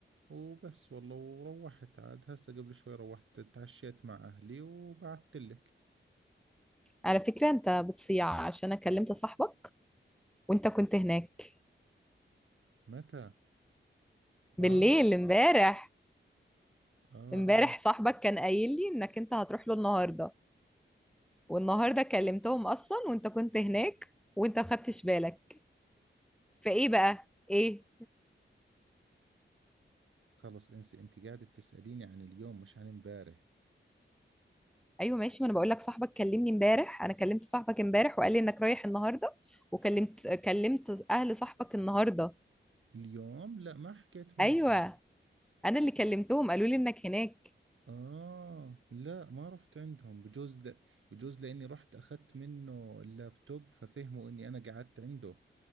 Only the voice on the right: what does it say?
وبس والله وروحت عاد هسه قبل شوي روحت تعشيت مع اهلي وبعثت لك
متى
اه
اه
اه
خلص انسي انت قاعدة تسأليني عن اليوم مش عن امبارح
اليوم لا ما حكيت معهم
اه لا ما رحت عندهم بجوز ل... بجوز لاني رحت اخذت منه اللابتوب ففهموا اني انا قعدت عنده